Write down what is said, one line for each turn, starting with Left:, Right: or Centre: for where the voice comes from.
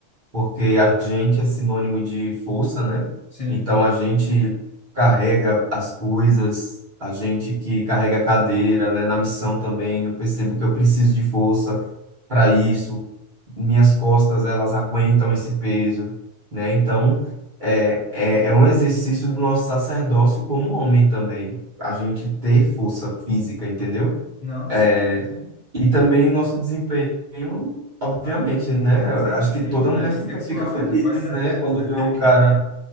Right: porque agente é sinônimo de força, né?
Left: sim.
Right: Então a gente carrega as coisas, a gente que carrega a cadeira, né? Na missão também, eu percebo que eu preciso de força para isso. Minhas costas, elas aguentam esse peso, né? Então é, é, é um exercício do nosso sacerdócio como homem também, a gente ter força física, entendeu?
Left: Não,
Right: É,
Left: sim, sim.
Right: e também nosso desempenho, obviamente,
Left: Na-
Right: né? Eu
Left: Sim,
Right: Acho
Left: sim,
Right: que toda
Left: né?
Right: mulher
Left: ali
Right: fica,
Left: sexual.
Right: fica feliz,
Left: Você pode ser
Right: né?
Left: aberto.
Right: Quando vê um cara,
Left: <laughs>